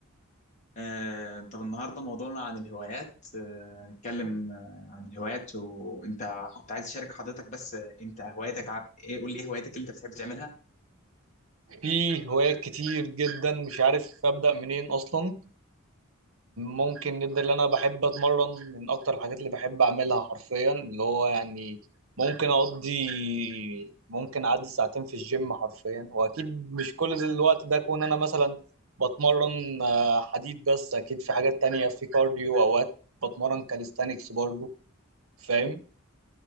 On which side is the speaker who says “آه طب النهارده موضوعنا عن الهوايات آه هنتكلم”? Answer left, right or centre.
Left